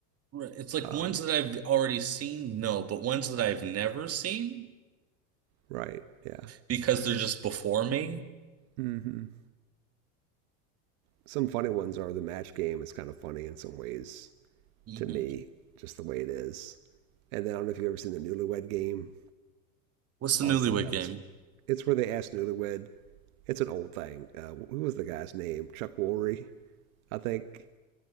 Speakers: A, on the right; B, on the right.
A: Right. It's like
B: Um,
A: ones that I've already seen, no, but ones that I've never seen
B: right. Yeah.
A: because they're just before me.
B: hmm Some funny ones are the match game is kind of funny in some ways
A: Mhm.
B: to me, just the way it is. And then I don't know if you've ever seen the Newlywed Game.
A: What's the
B: Oh, I
A: Newlywed
B: always thought that
A: Game?
B: was. It's where they asked Newlywed. It's an old thing. Uh, who was the guy's name? Chuck Woolery, I think.